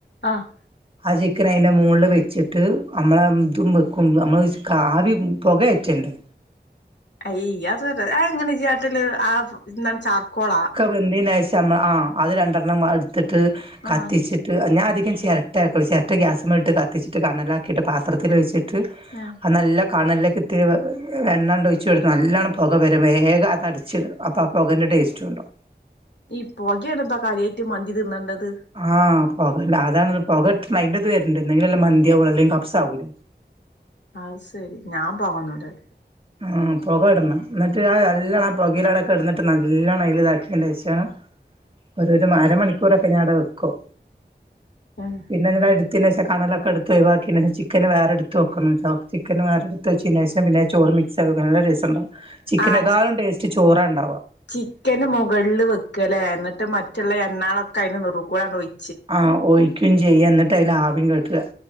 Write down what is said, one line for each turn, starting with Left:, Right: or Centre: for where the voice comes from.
Left: ആഹ്
Right: ആ ചിക്കൻ അയിന്റെ മോളില് വെച്ചിട്ട് നമ്മള ഇതും വെക്കും നമ്മള് ആവി പെകേറ്റണ്ടെ
Left: അയ് <unintelligible> അത് എങ്ങനാ ഇജ്ജ് കാട്ടല് ആഹ് എന്താണ് ചാർക്കോളാ?
Right: വെന്തെന് ശേഷം നമ്മ ആഹ് അത് രണ്ടെണ്ണം എടുത്തിട്ട് കത്തിച്ചിട്ട്
Left: ആഹ്
Right: ച്ചിട്ട് ഞാ അധികം ചെരട്ടയാക്കുള്ളു ചെരട്ട ഗ്യാസ്മ്മെല് ഇട്ട് കത്തിച്ചിട്ട് കണലാക്കിയിട്ട് പാത്രത്തിൽ വെച്ചിട്ട്
Left: ആഹ്
Right: അത് നല്ല കണലേക്കെത്തിരി എണ്ണണ്ടൊയ്ച്ചൊട്ത്ത് നല്ലോണം പൊക വെരും വേഗം അതടച്ചിട അപ്പാ പൊകൻ്റെ ടേസ്റ്റ് ണ്ടാവും
Left: ഈ പൊകെണ് ന്ന കാര്യായ്റ്റ് മന്തി തിന്നണ്ടത്
Right: ആഹ് പൊകല്ല അതാണ് പൊകട്ട അയ്ന്റെത് വെര്ണ്ട് ന്നെങ്കിലല്ലേ മന്തിയാവൊള്ളു അല്ലെങ്കി കപ്സാവൂലെ
Left: അത് ശെരി ഞാൻ പൊകന്ന്ടലി
Right: ആ പൊകടണം ന്ന്ട്ട് ആ നല്ലണം ആ പൊകേലാടെ കെടന്നിട്ട് നല്ലോണം അയ്ല്താക്ക്യേന്റെഷം ഒരു ഒരു അരമണിക്കൂറൊക്കെ ഞാവടെ വെക്കും
Left: ഉം
Right: പിന്നെ ന്ന്ട്ട് അഇട് ത്തെന്റെഷം കനലൊക്കെട്ത്തൊയ് വാക്ക്യേനേഷം ചിക്കന് വേറെടുത്ത് വെക്കണം ട്ടോ ചിക്കൻ വേറെടുത്തെച്ചേന്റെഷം പിന്നെ അത് ചോറ് മിക് സാക്കണം നല്ല രസണ്ടാവും ചിക്കനേക്കാളും
Left: ആഹ്
Right: ടേസ്റ്റ് ചോറാണ്ടാ
Left: ചിക്കന് മുകളില് വെക്ക ലെ ന്ന്ട്ട് മറ്റുള്ള എണ്ണാളൊക്കെയ്ന്റെ നെറുക്കുടങ്ങട്ടൊയ്
Right: ആ ഒയ്ക്കും ചെയ്യ ന്ന്ട്ടയ്ല് ആവിം കേറ്റ